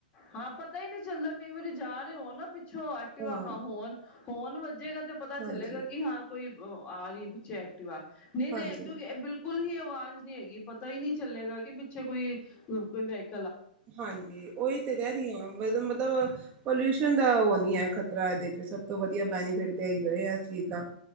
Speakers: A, on the left (about 30°); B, on the right (about 25°).
A: ਹਾਂ ਪਤਾ ਹੀ ਨਹੀਂ ਚੱਲਦਾ ਕਈ ਵਾਰੀ ਜਾ ਰਹੇ ਹੋ ਨਾ ਛੋ ਐਕਟੀਵਾ
B: ਹਾਂ
A: ਆਹਾ ਹੋੁਣ ਫੋਨ ਵੱਜੇਗਾ ਤੇ ਪਤਾ
B: ਹਾਂਜੀ
A: ਚੱਲੇਗਾ ਕਿ ਹਾਂ ਕੋਈ ਆਰੀ ਪਿੱਛੇ ਐਕਟੀਵਾ ਆ ਨਹੀਂ
B: ਹਾਂਜੀ
A: ਤੇ ਕਿਉਂਕਿ ਇਹ ਬਿਲਕੁਲ ਬਿਲਕੁਲ ਹੀ ਆਵਾਜ਼ ਨਹੀਂ ਹੈਗੀ ਪਤਾ ਹੀ ਨੀ ਚੱਲੇਗਾ। ਪਿੱਛੇ ਕੋਈ ਕੋਈ ਵ
B: ਹਾਂਜੀ। ਉਹੀ ਤਾਂ ਕਹਿ ਰਹੀ ਹ ਮਤਲਬ ਪੋਲਿਊਸ਼ਨ ਦਾ ਉਹ ਨੀ ਹੈ ਖ਼ਤਰਾ ਇਹਦੇ ਚ ਸਭ ਤੋਂ ਵਧੀਆ ਬੈਨੀਫਿਟ ਤੇ ਇ ਹੀ ਹੋ ਇਸ ਚੀਜ਼ ਦਾ